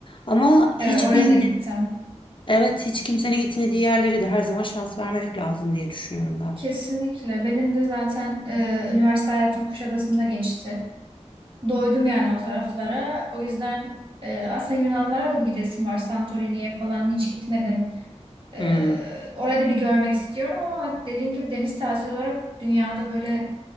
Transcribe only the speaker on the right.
Evet
oraya
da gittim.
Kesinlikle. Benim de zaten e, üniversite hayatım Kuşadası'nda geçti. Doydum yani o taraflara. O yüzden e, aslında Yunanlara da bir gidesim var. Santorini'ye falan hiç gitmedim. E,
orayı da bir görmek istiyorum ama dediğin gibi deniz tatili olarak dünyada böyle